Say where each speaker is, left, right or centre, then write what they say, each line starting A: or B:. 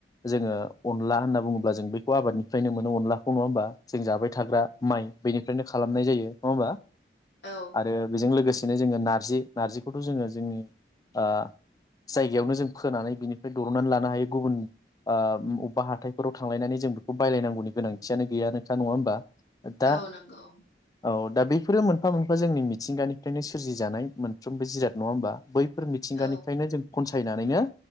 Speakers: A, on the left; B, on the left.
A: जोङो अनला होनना बुङोब्ला जों बेखौ आबादनिफ्रायनो मोन नो अनलाखौ नङा होमबा जों जाबाय थाग्रा माइ बेनिफ्रायनो खालामनाय जायो नङा होमबा?
B: औ
A: आरो बेजों लोगोसे बिनो जोङो नारजि नारजिखौथ' जोङो जोंनि ओ जायगायावनो जों फोनानै बिनिफ्राय दरननानै लानो हायो गुबुन ओ बबेबा हाथाइफोराव थांलायनानै जों बेखौ बायलायनांगौनि गोनांथियानो गैया नोंथां नङा होमबा? दा
B: औ नंगौ।
A: औ दा बेफोरो मोनफा मोनफा जोंनि मिथिंगानिफ्रायनो सोरजिजानाय मोनफ्रोमबो जिराद नङा होमबा बै फोर मिथिंगानिफ्रायनो
B: औ
A: जों खनस थायनानैनो